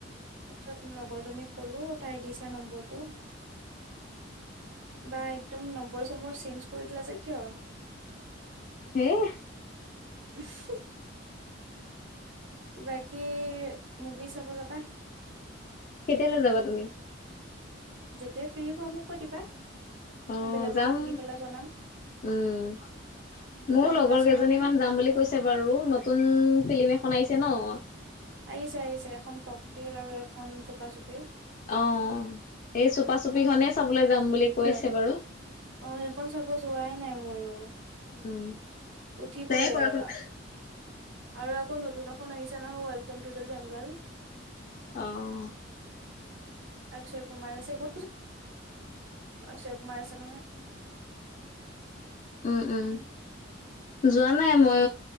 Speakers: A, on the right; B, on the left.
A: তাৰপিছত লগৰজনীক ক'লো তাই দিছে নম্বৰটো। বা একদম নম্বৰ চম্বৰ চেঞ্জ কৰি দিলা যে কিয়?
B: হেহ।
A: <unintelligible> বাকী মুভি চাব যাবা?
B: কেতিয়ালৈ যাবা তুমি?
A: যেতিয়া ফ্ৰী হোৱা মোক কৈ দিবা
B: অ
A: মই বেলেগকো
B: যাম
A: সুধি পেলাই জনাম।
B: উম।
A: দুখন
B: মোৰ লগৰ
A: ওলাইছে
B: কেইজনী
A: নহয়
B: মান যাম বুলি কৈছে বাৰু! নতুন ফিল্ম এখন আহিছে ন?
A: আহিছে আহিছে এখন কক তেইল আৰু এখন চুপা চুপিৰ।
B: অ এই চোপা চুপিখনেই চাবলে যাম বুলি কৈ আছে বাৰু।
A: অ', সেইখন চাব যোৱাই নাই ময়ো।
B: উম
A: উঠিবই
B: পাই কৰাচোন।
A: আৰু আৰু আকৌ নতুন এখন আহিছো ন ৱেলকাম টু দা জংগল।
B: অহ।
A: অক্ষয় কুমাৰ আছে,। অ অক্ষয় কুমাৰ আছে নহয়।
B: উম উম যোৱা নাই মই